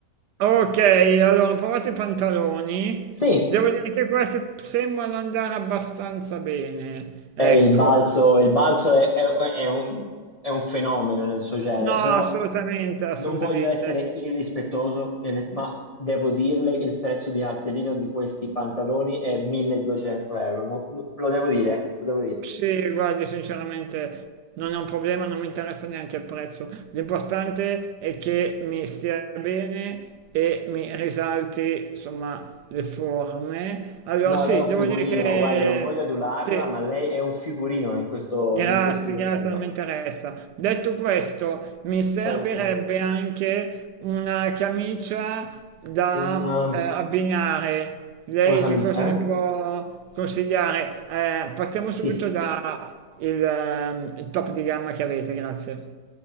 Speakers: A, on the right (about 80°); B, on the left (about 45°).
A: Ok, allora provate i pantaloni.
B: Sì,
A: Devo dire che questi sembrano andare abbastanza bene.
B: è
A: Ecco.
B: il balzo, il balzo è, è- è un, è un fenomeno nel suo genere,
A: No,
B: però
A: assolutamente, assolutamente.
B: Non voglio essere irrispettoso, eh, ma devo dirle il prezzo di cartellino di questi pantaloni è 1200 euro. Non- non- lo devo dire, lo devo dire.
A: Sì, guardi, sinceramente non è un problema, non mi interessa neanche il prezzo. L'importante è che mi stia bene e mi risalti, insomma, le forme. Allora
B: No,
A: sì,
B: lei è un
A: devo
B: figurino,
A: dire che
B: guardi, non voglio adularla,
A: sì,
B: ma lei è un figurino in questo,
A: Grazie,
B: in questo modello.
A: grazie, non mi interessa. Detto questo, mi servirebbe
B: Certo.
A: anche una camicia da
B: Una,
A: eh, abbinare. Lei
B: una camicia,
A: che cosa mi
B: eh?
A: può consigliare? Eh, partiamo
B: Sì.
A: subito da il, ehm, il top di gamma che avete, grazie.